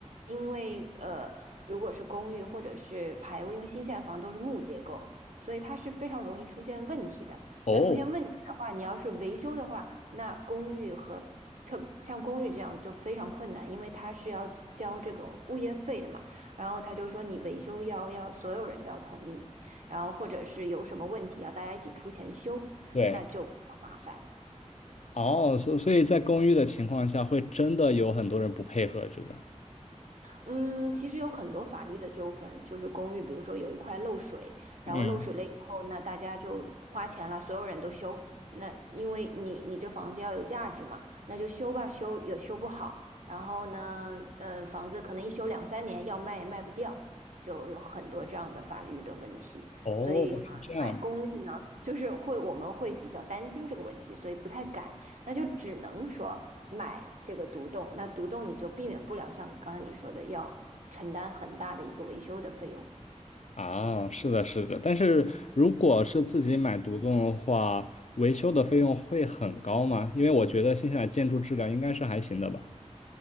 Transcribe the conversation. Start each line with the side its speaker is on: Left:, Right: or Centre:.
Right: 因为呃，如果是公寓或者是排屋，因为新西兰房都是木结构，所以它是非常容易出现问题的。
Left: 哦，
Right: 那出现问题的话，你要是维修的话，那公寓和特像公寓这样就非常困难，因为它是要交这个物业费的嘛。然后他就说你维修要要所有人都要同意，然后或者是有什么问题要大家一起出钱修，
Left: 对，
Right: 那就比较麻烦。
Left: 哦，所所以在公寓的情况下，会真的有很多人不配合这个。
Right: 嗯，其实有很多法律的纠纷，就是公寓，比如说有一块漏水，然后漏水了以后，
Left: 嗯，
Right: 那大家就花钱了，所有人都修。那因为你你这房子要有价值嘛，那就修吧，修也修不好。然后呢，呃，房子可能一修两三年，要卖也卖不掉，就有很多这样的法律的问题。
Left: 哦，
Right: 所以，呃买公寓呢，
Left: 是这样
Right: 就是会我们会比较担心这个问题，所以不太敢。那就只能说买这个独栋。那独栋你就避免不了像刚才你说的要承担很大的一个维修的费用。
Left: 啊，是的，是的，但是如果是自己买独栋的话，维修的费用会很高吗？因为我觉得新西兰建筑质量应该是还行的吧。